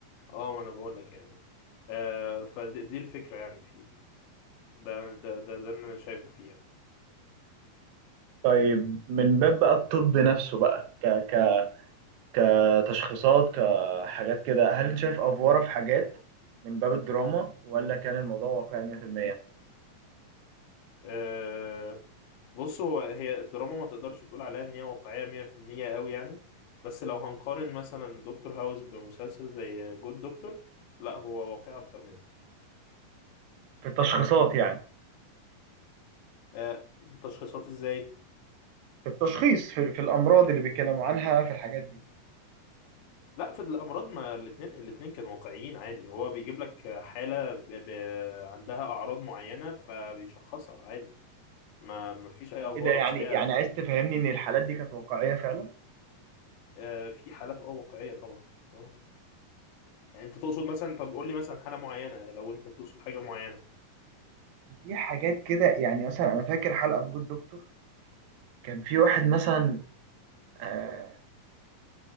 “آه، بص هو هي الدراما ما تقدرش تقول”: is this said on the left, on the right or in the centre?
Left